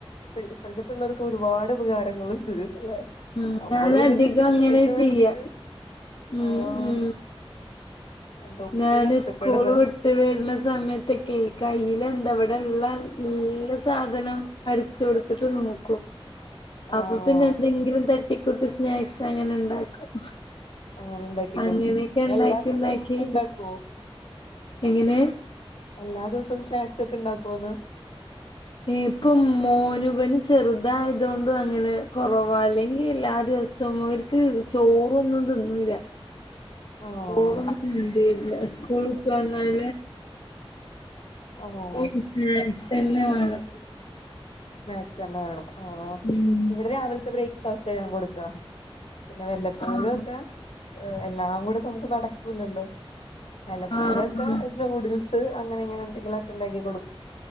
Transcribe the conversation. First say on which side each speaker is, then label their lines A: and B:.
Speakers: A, on the left; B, on the left.
A: ഇപ്പോൾത്തെ പിള്ളേർ ക്കൊരുപാട് ഉപകാരങ്ങളുണ്ട് അല്ലെ
B: ഉം
A: നമ്മൾ
B: ഞാനധികം
A: ഒരു റെസിപ്പിക്കൊക്കെ
B: അങ്ങനെ ചെയ്യാ
A: വേണ്ടിട്ട്
B: ഉം
A: ആഹ്
B: ഉം
A: എന്തൊക്കെ
B: ഞാന്
A: കഷ്ടപ്പെടണ്
B: സ്കൂള് വിട്ട് വരുന്ന സമയത്തൊക്കെ കയ്യില എന്തവിടെ ഉള്ള ഇല്ല സാധനം അടിചൊടുത്തിട്ട് നോക്കും
A: ആഹ്
B: അപ്പൊ പിന്നെ എന്തെങ്കിലും തട്ടിക്കൂട്ട് സ്നാക്സ് അങ്ങനെ ഉണ്ടാക്കും
A: അങ്ങനെ ഉണ്ടാക്കി
B: അങ്ങനെയൊക്കെ
A: കൊടുക്കും
B: ഉണ്ടാക്കി
A: എല്ലാ ദിവസവും
B: ഉണ്ടാക്കി
A: ഉണ്ടാക് കോ
B: എങ്ങനെ
A: എല്ലാ ദിവസവും സ്നാക്സ് ക്കെ ഇണ്ടാക്കോന്ന്
B: ഇപ്പം മോനുവിന് ചെറുതായതൊണ്ടും അങ്ങനെ കൊറവാ അല്ലെങ്കി എല്ലാ രസം ഓർക്ക് ചോറൊന്നും തിന്നില്ല
A: ആഹ്
B: ഓല് സ്കൂളുട്ടുവന്നാൽ
A: ഓഹ്
B: ഓ സെൻസെന്നെവാണം
A: സ്നാക്സന്നെ വേണം ആ
B: ഉം
A: ഇവിടെ രാവിലത്തെ ബ്രേക്ക്ഫാസ്റ്റ ഞാൻ കൊടുക്ക പിന്നെ വല്ലപ്പോഴും
B: ആഹ്
A: ഒക്കെ എല്ലാം കൂടെ നമുക്ക് നടക്കൂലല്ലോ വല്ലപ്പോഴൊക്കെ
B: ആഹ് ആഹ്
A: നൂഡിൽസ് അങ്ങനെ ഇങ്ങനെ എന്തെങ്കിലുമൊക്കെ ഉണ്ടാക്കി കൊടുക്കും